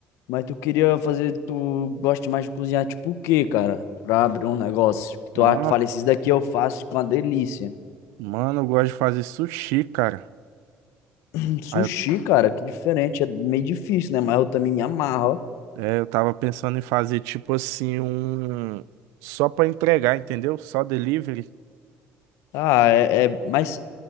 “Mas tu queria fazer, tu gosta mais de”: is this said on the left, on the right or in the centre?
Left